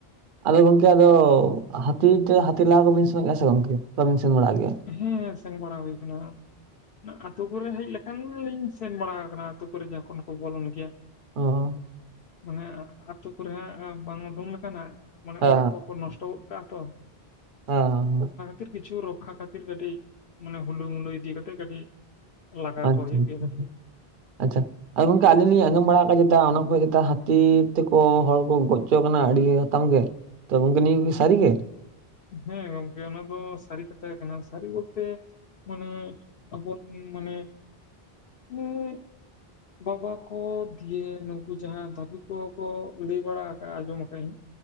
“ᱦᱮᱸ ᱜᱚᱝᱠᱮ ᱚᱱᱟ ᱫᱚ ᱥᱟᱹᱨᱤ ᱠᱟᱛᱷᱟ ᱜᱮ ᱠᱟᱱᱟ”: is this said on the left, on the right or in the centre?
Left